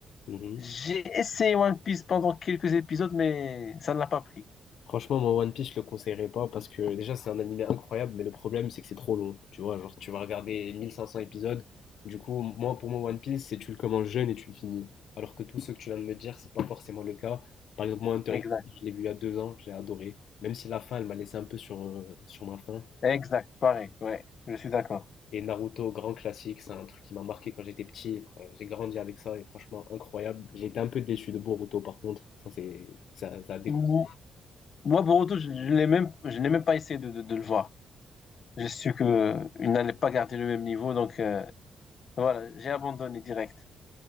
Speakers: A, on the left; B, on the left.
A: Mhm.
B: J'ai essayé One Piece pendant quelques épisodes, mais ça ne l'a pas pris.
A: Franchement, moi, One Piece, je le conseillerais pas parce que déjà, c'est un animé incroyable, mais le problème, c'est que c'est trop long. Tu vois, genre, tu vas regarder 1500 épisodes. Du coup, moi, pour moi, One Piece, c'est tu le commences jeune et tu le finis. Alors que tous ceux que tu viens de me dire, c'est pas forcément le cas. Par exemple, moi, Hunter
B: Exact,
A: x Hunter, je l'ai vu il y a deux ans, j'ai adoré. Même si la fin, elle m'a laissé un peu sur, euh, sur ma faim.
B: exact, pareil, ouais, je suis d'accord.
A: Et Naruto, grand classique, c'est un truc qui m'a marqué quand j'étais petit. Fr- J'ai grandi avec ça et franchement, incroyable. J'ai été un peu déçu de Boruto, par contre. Ça, c'est, ça, ça a déconseillé.
B: Mou- Moi, Boruto, je, je l'ai même, je n'ai même pas essayé de, de- de le voir. J'ai su que il n'allait pas garder le même niveau, donc euh, voilà, j'ai abandonné direct.